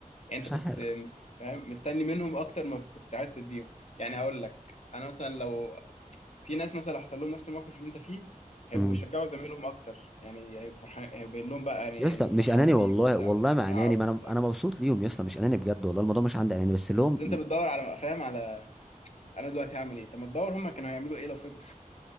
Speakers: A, on the left; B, in the centre.
A: يعني
B: مش
A: انت كنت
B: عارف
A: مس- فاهم مستني منهم اكتر ما كنت عايز تديهم يعني هقول لك انا مثلا لو في ناس مثلا لو حصل لهم نفس الموقف اللي انت فيه هيبقوا
B: امم
A: بيشجعوا زمايلهم اكتر يعني هيبقوا فرحان هيبقوا باين لهم بقى يعني
B: يا اسطى
A: انه فرحان
B: مش اناني
A: بيه
B: والله
A: وبتاع
B: والله
A: ويشجعه
B: ما اناني
A: وبتاع
B: ما انا انا مبسوط ليهم يا اسطى مش اناني بجد والله الموضوع مش عندي اناني بس اللي هو
A: بس انت بتدور على فاهم على انا دلوقتي هعمل ايه طب ما تدور هم كانوا هيعملوا ايه لو فضلوا